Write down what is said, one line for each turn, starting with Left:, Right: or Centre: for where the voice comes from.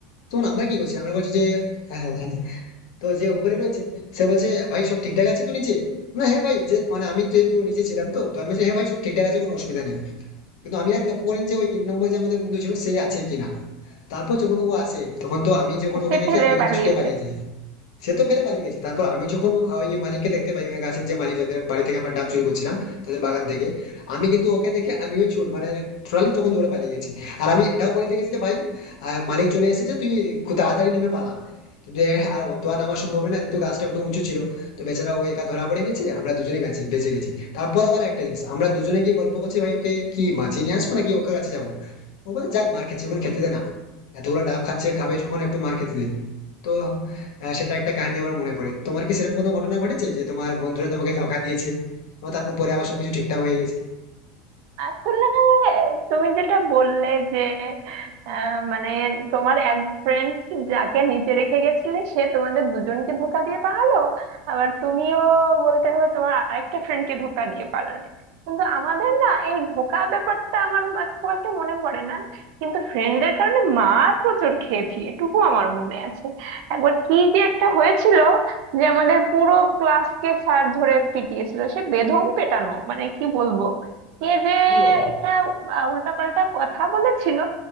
Left: তখন আমরা কি করছি আমরা বলছি যে হ্যাঁ হ্যাঁ। হ্যাঁ। তো যে উপরে রয়েছে সে বলছে ভাই সব ঠিকঠাক আছে তো নিচে না হ্যাঁ ভাই যে মানে আমি যেহেতু নিচে ছিলাম তো তো আমি বলছি হ্যাঁ ভাই সব ঠিকঠাক আছে কোনো অসুবিধা নেই কিন্তু আমি আর লক্ষ্য করিনি যে ওই তিন নম্বর যে আমাদের বন্ধু ছিল সে আছে কিনা তারপর যখন ও আসে তখন তো আমি যখন
Right: সে
Left: ওকে দেখি
Right: ফেলে
Left: আমি কিন্তু
Right: পালিয়েছে
Left: ছুটে পালিয়ে যাই সে তো ফেলে পালিয়ে গেছে তারপর আমি যখন ওই মালিককে দেখতে পাই ওই গাছের যে মালিক যাদের বাড়ি থেকে আমরা ডাব চুরি করছিলাম তাদের বাগান থেকে আমি কিন্তু ওকে দেখে আমিও ছুট মানে টোটালি তখন দৌড়ে পালিয়ে গেছি আর আমি এটাও বলে দিয়ে গেছি যে ভাই আহ, মালিক চলে এসেছে তুই খুব তাড়াতাড়ি নেমে পালা যে আর ও তো আর নামা সম্ভব না যেহেতু গাছটা একটু উঁচু ছিল তো বেচারা ও একা ধরা পড়ে গেছে আমরা দুজনেই বেঁচে বেঁচে গেছি তারপর আবার একটা জিনিস আমরা দুজনে গিয়ে গল্প করছি ভাই ওকে কি মাছিয়ে নিয়ে আসবো নাকি ওকে কাছে যাবো ও বলে যাক মার খেতে যখন খেতে দে না এতগুলো ডাব খাচ্ছে খাবে যখন একটু মার খেতে দে তো আহ, সেটা একটা কাহিনী আমার মনে পড়ে তোমার কি সেরকম কোনো ঘটনা ঘটেছে যে তোমার বন্ধুরা তোমাকে ধোঁকা দিয়েছে এবং তারপর পরে আবার সবকিছু ঠিকঠাক হয়ে গেছে
Right: আসলে তুমি যেটা বললে যে আহ, মানে তোমার এক ফ্রেন্ড যাকে নিচে রেখে গেছিলে সে তোমাদের দুজনকে ধোকা দিয়ে পালালো আবার তুমিও বলতে হবে তোমার আরেকটা ফ্রেন্ডকে ধোকা দিয়ে পালালে কিন্তু আমাদের না এই ধোকা ব্যাপারটা আমার বা- খুব একটা মনে পড়ে না কিন্তু ফ্রেন্ডের কারণে মার প্রচুর খেয়েছি এটুকু আমার মনে আছে একবার কি যে একটা হয়েছিল যে আমাদের পুরো ক্লাসকে স্যার ধরে পিটিয়েছিল সে বেধম পেটানো মানে কি বলবো কে যে
Left: কি বলো
Right: একটা উল্টাপাল্টা কথা বলেছিল